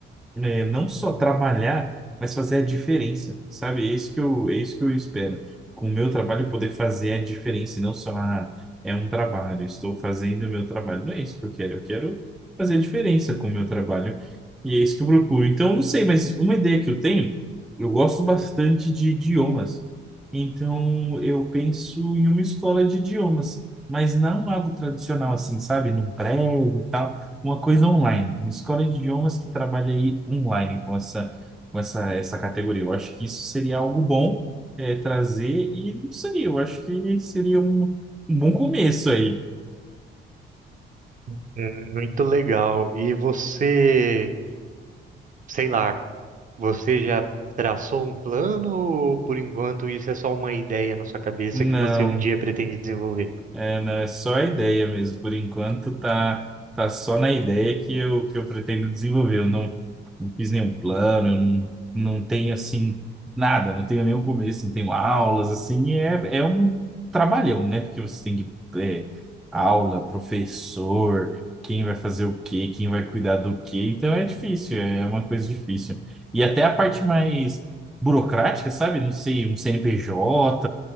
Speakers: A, in the centre; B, on the right (about 40°).
A: né, não só trabalhar, mas fazer a diferença, sabe? É isso que eu, é isso que eu espero. Com o meu trabalho, poder fazer a diferença, e não só, ah, é um trabalho, estou fazendo o meu trabalho. Não é isso que eu quero, eu quero fazer a diferença com o meu trabalho. E é isso que eu procuro. Então, eu não sei, mas uma ideia que eu tenho, eu gosto bastante de idiomas. Então, eu penso em uma escola de idiomas, mas não algo tradicional assim, sabe? Num prédio e tal, uma coisa online. Uma escola de idiomas que trabalha aí online com essa, com essa, essa categoria. Eu acho que isso seria algo bom é, trazer e não sei, eu acho que seria um um bom começo aí.
B: Hum, muito legal. E você, sei lá, Você já traçou um plano ou por enquanto isso é só uma ideia na sua cabeça
A: Não,
B: que você um dia pretende desenvolver?
A: é, não, é só a ideia mesmo. Por enquanto, tá, tá só na ideia que eu, que eu pretendo desenvolver. Eu não, não fiz nenhum plano, eu não, não tenho assim nada, não tenho nenhum começo, não tenho aulas, assim, é, é um trabalhão, né? Porque você tem que é, aula, professor, quem vai fazer o quê, quem vai cuidar do quê. Então é difícil, é uma coisa difícil. E até a parte mais burocrática, sabe? Não sei, um CNPJ.